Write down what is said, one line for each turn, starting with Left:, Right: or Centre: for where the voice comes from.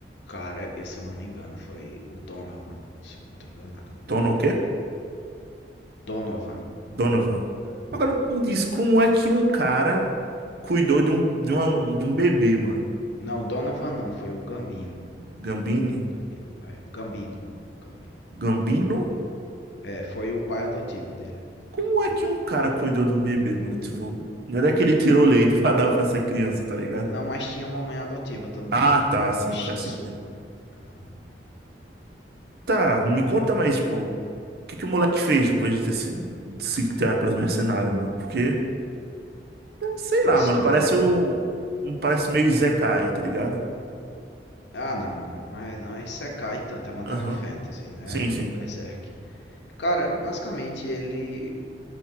Left: Cara, eu, se eu não me engano, foi o Donovan. Se eu não tô enganado o nome
Right: Tono
Left: dele.
Right: o quê?
Left: Donovan.
Right: Donovan. Agora me diz, como é que um cara cuidou de um, de uma- de um bebê, mano?
Left: Não, Donovan não, foi o Gambino.
Right: Gambini?
Left: Gambino, é. Gambino. Gambino.
Right: Gambino?
Left: É, foi o pai adotivo dele.
Right: Como é que um cara cuidou de um bebê, mano? Tipo, não é que ele tirou leite pra dar pra essa criança, tá ligado?
Left: Não, mas tinha uma mãe adotiva também.
Right: Ah,
Left: Era,
Right: tá, sim,
Left: era Shisu.
Right: faz sentido.
Left: Aham.
Right: Tá, me conta mais, tipo, o que que o moleque fez depois de ter se, de se criar pros mercenários, mano? Porque, eh, sei lá,
Left: Assim,
Right: mano, parece
Left: né?
Right: o. hum, Parece meio Zekai, tá ligado?
Left: Ah, não, não. Mas não é Isekai tanto. É uma
Right: Aham.
Left: Dark Fantasy, né?
Right: Sim, sim.
Left: O Berserk. Cara, basicamente ele